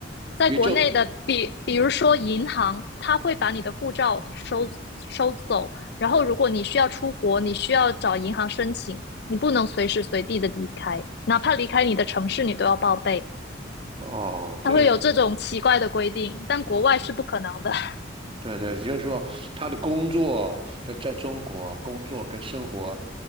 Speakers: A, on the left (about 65°); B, on the right (about 30°).
A: 在国内的，
B: 也就
A: 比比如说银行，它会把你的护照收收走，然后如果你需要出国，你需要找银行申请，你不能随时随地的离开，哪怕离开你的城市，你都要报备。
B: 哦，
A: 它会有这种奇怪的规定，
B: 这
A: 但国外是不可能的。<laughs>
B: 对对，就是说他的工作在在中国工作跟生活，